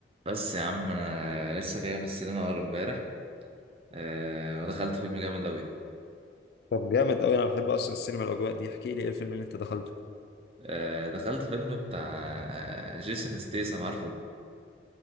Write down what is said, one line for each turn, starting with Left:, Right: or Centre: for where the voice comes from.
Right: بس يا عم انا لسه جاي من السينما اول امبارح آه ودخلت فيلم جامد اوي
Left: طب جامد قوي انا بحب اصلا السينما الاجواء دي احكي لي ايه الفيلم اللي انت دخلته
Right: آه دخلت فيلم بتاع آه، جيسون ستيسم عارفه